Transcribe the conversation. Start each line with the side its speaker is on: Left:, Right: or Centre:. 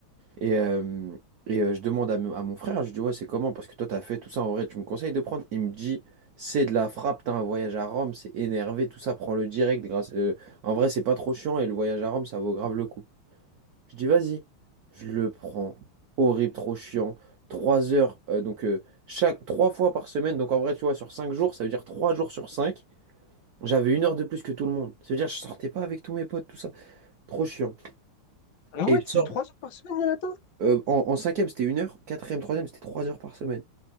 Right: Et, euh, et euh, je demande à, m- à mon frère, je dis, ouais, c'est comment? Parce que toi, t'as fait tout ça en vrai, tu me conseilles de prendre? Il me dit, c'est de la frappe, t'as un voyage à Rome, c'est énervé, tout ça, prends-le direct. Grâce, euh, en vrai, c'est pas trop chiant et le voyage à Rome, ça vaut grave le coup. Je dis, vas-y, je le prends. Horrible, trop chiant. Trois heures, euh, donc euh, chaque trois fois par semaine, donc en vrai, tu vois, sur cinq jours, ça veut dire trois jours sur cinq, j'avais une heure de plus que tout le monde. Ça veut dire, je sortais pas avec tous mes potes, tout ça. Trop chiant.
Left: Ah
Right: Et
Left: ouais,
Right: je
Left: c'est
Right: sors.
Left: trois jours par semaine, Jonathan?
Right: Euh, en, en cinquième, c'était une heure. Quatrième, troisième, c'était trois heures par semaine.